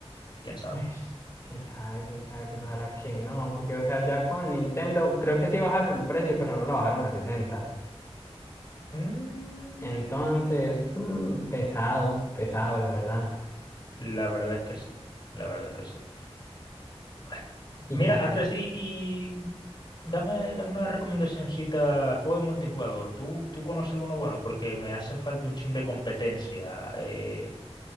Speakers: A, on the left; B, on the left.
A: ¿Quién sabe?
B: bueno, quién sabe, quién sabe, pues ojalá que no, porque, o sea, ya con Nintendo creo que sí bajaron el precio, pero no lo bajaron a sesenta.
A: Mm,
B: Entonces, mm, pesado, pesado, la verdad.
A: la verdad es que sí, la verdad es que sí. Bueno.
B: Y
A: Mira,
B: ya,
A: Andrés, y, y dame, dame una recomendacióncita, juego de multijugador. ¿Tú, tú conoces alguno bueno? Porque me hace falta un chin de competencia, eh,